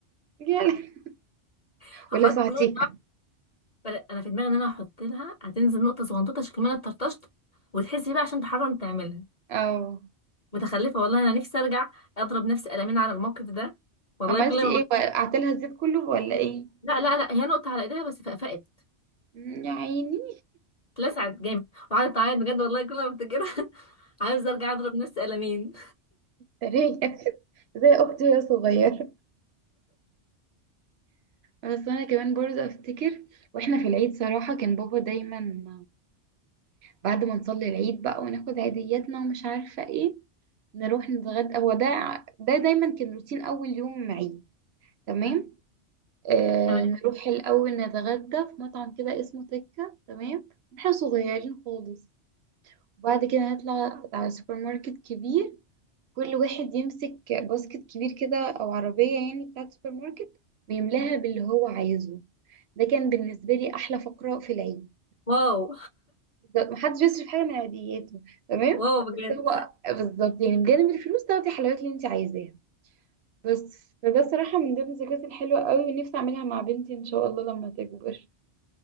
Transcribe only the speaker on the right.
يا لهوي
ولسعتيها
اه
عملتي
ايه
وقعت لها الزيت كله ولا ايه
مم، يا عيني
سريع <laughs> زي اختي وهي صغيرة بس انا كمان برضه افتكر واحنا في العيد صراحة كان بابا دايما بعد ما نصلي العيد بقى وناخد عيدياتنا ومش عارفة ايه نروح نتغدى هو ده ده دايما كان روتين اول يوم عيد تمام آه
نروح الأول نتغدى في مطعم كده اسمه تكة تمام احنا صغيرين خالص وبعد كده نطلع على سوبر ماركت كبير كل واحد يمسك باسكت كبير كده أو عربية يعني بتاعة سوبر ماركت ويملاها باللي هو عايزه ده كان بالنسبة لي أحلى فقرة في العيد
بالظبط محدش بيصرف حاجة من عادياته تمام
بس هو بالظبط يعني بجانب الفلوس تاخدي الحلويات اللي انت عايزاها بس فده صراحة من ضمن الذكريات الحلوة قوي ونفسي أعملها مع بنتي إن شاء الله لما تكبر